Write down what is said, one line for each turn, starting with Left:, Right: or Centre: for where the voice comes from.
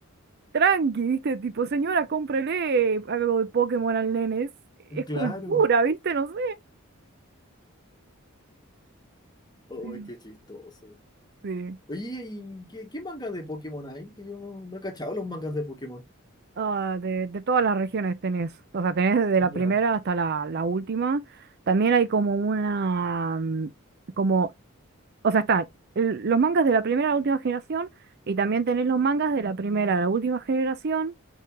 Right: tranqui, ¿viste? Tipo, señora, cómprele algo de Pokémon al nene. Es, es
Left: claro.
Right: cultura, ¿viste? No sé.
Left: ¡Ay,
Right: Sí.
Left: qué chistoso!
Right: sí.
Left: Oye, ¿y qué, qué manga de Pokémon hay? Que yo no, no he cachado los mangas de Pokémon.
Right: Ah, de, de todas las regiones tenés, o sea, tenés desde
Left: Ya,
Right: la primera hasta la, la última. También hay como una, mm, como, o sea, están los mangas de la primera a la última generación y también tenés los mangas de la primera a la última generación,